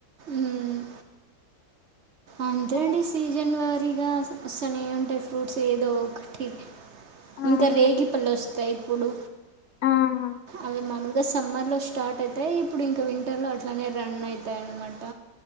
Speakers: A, on the right; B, on the left.
A: ఉమ్ అంతేండి
B: సరే
A: సీజన్ వారు ఫ్రీగా వస్తనే ఉంటాయి ఫ్రూట్స్ ఏదో ఒకటి
B: అవునా
A: ఇంకా రేగి పళ్లు వస్ తై ఇప్పుడు
B: ఆహా
A: అవి మాల్గా సమ్మర్లో స్టార్ట్ అవుతాయి ఇప్పుడు ఇంకా వింటర్లో అట్లానే రన్ అయితాయిన్మాట